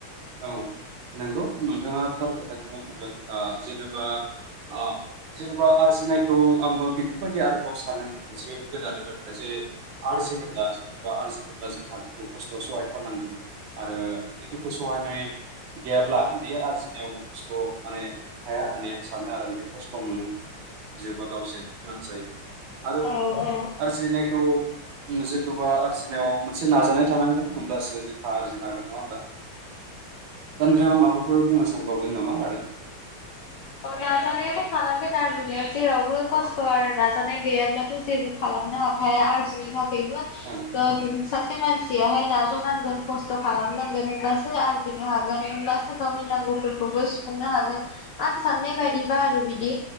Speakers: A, on the right; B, on the left.
A: औ नंगौ नोंथाङा थार खोथाखौनो बुंदों ओ जेनेबा ओ जेनेबा आरजिनाय खौ आंबो बेफोरबायदि आरोबाव सानो मोनसे गोदाननि बाथ्रा जे आर्जिजेेनोब्ला एबा आर्जिनोब्ला जों दुखु खस्थ'आव सहाय थारनांगौ आरो जुदि दुखु <unintelligible> गैयाब्ला बेयो आरजिनायावबो खस्थ'आ माने हाया होननानै आं सानो आरो माने खस्थ' मोनो। जोबा गाव जेननो गोनां जायो आरो
B: औ औ
A: आरजिनायखौ जेथुबा आरजिनायाव मोनसे नाजानाय थानांगोन होमब्लासो जोंहा आरजिनो हागोन। नङा होनबा? दा नोंथाङा माबाफोर बुंनो सानबावदों नामा आरो?
B: औ नाजानायाथ' थानांगोन आरजिनायाव जेरावबो खस्थ' आरो नाजानाय गैयाब्लाथ' जेबो खालामनो हाखाया आरजिनो थाखाय बो
A: ओं
B: <unintelligible> सासे मानसियाहाय नाजनांगोन खस्थ' खालामनांगोन होनबासो आरजिनो हागोन होनबासो गावनि नांगौफोरखौबो सुफुंनो हागोन आं साननाय बायदिबा आरो बिदि